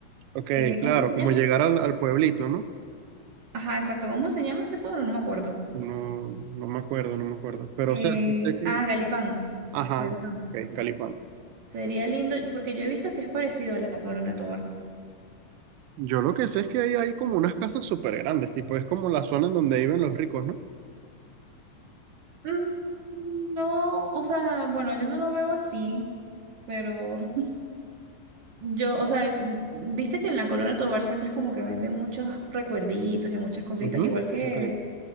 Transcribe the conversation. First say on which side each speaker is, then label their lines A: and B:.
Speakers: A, on the right; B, on the right.
A: ok,
B: Eh,
A: claro,
B: ¿cómo se
A: como
B: llama?
A: llegar al, al pueblito, ¿no?
B: Ajá, exacto. ¿Cómo se llama ese pueblo? No me acuerdo.
A: No, no me acuerdo, no me acuerdo. Pero,
B: Eh,
A: o sea, sí sé que.
B: ah, Galipán.
A: Ajá,
B: Galipán.
A: ok, Calipán.
B: Sería lindo, porque yo he visto que es parecido a la Colonia Tovar.
A: Yo lo que sé es que ahí hay como unas casas súper grandes, tipo, es como la zona en donde viven los ricos, ¿no?
B: Mm, No, o sea, bueno, yo no lo veo así, pero <laughs> Yo, o sea, viste que en la Colonia Tovar siempre es como que venden muchos recuerditos y muchas cositas,
A: Ujú,
B: igual que,
A: Ok,